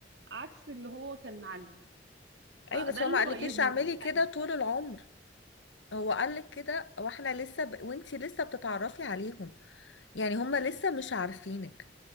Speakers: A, on the right (about 70°); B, on the left (about 85°).
A: عكس اللي هو كان عاجبه
B: اي
A: فده
B: بس هو
A: اللي
B: ما قالكيش
A: غيظني
B: اعملي
A: الحقيقة
B: كده طول العمر هو قالك كده واحنا لسه ب... وانتي لسه بتتعرفي عليهم يعني هما لسه مش عارفينك